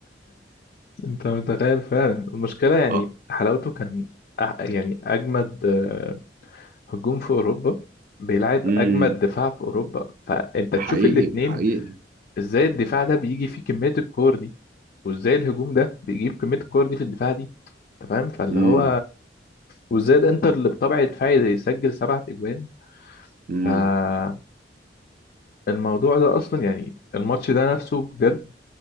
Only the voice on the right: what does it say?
اه
امم
ده
حقيقي
حقيقي
امم
امم